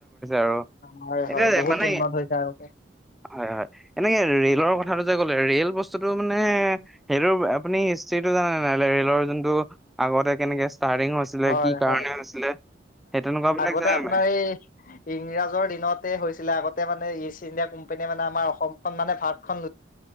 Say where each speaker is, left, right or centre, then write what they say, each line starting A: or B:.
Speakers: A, in the centre; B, on the left (about 45°).
A: আৰু
B: হয়
A: এতিয়া
B: হয় বহুত
A: মানে
B: উন্নত হৈছে আগতে
A: হয় হয় এনেকে ৰেলৰ কথ। <unintelligible> ক'লে ৰে'ল বস্ত। -স্তুটো মানে সেইটো আপুনি হিষ্ট্ৰীটো জানে নাই ৰে'লৰ যোনটো আগতে কেনেকে। ষ্টাৰ্টিং হৈছিলে
B: হয়
A: কি কাৰণে
B: হয়
A: হৈছিলে। সেই তেনেকুৱা বিলাক
B: আগতে
A: জানে
B: আপোনাৰ
A: নাই
B: এই ইংৰাজৰ দিনতে হৈছিলে। আগতে মানে ইষ্ট ইণ্ডিয়া কোম্পানীয়ে মানে আমাৰ অসমখন মানে ভাৰতখন।